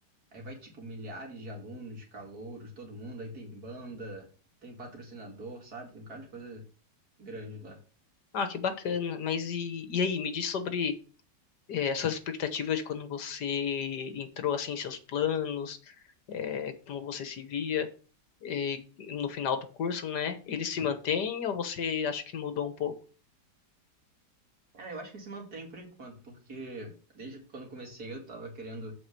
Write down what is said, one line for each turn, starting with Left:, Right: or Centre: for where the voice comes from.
Right: Aí vai, tipo, milhares de alunos, calouros, todo mundo. Aí tem banda, tem patrocinador, sabe? Tem um cara de coisa grande lá.
Left: Ah, que bacana, mas e, e aí, me diz sobre é, as suas expectativas de quando você entrou, assim, em seus planos, é, como você se via é, no final do curso, né? Ele se mantém ou você acha que mudou um pouco?
Right: Cara, eu acho que se mantém por enquanto, porque desde quando eu comecei eu tava querendo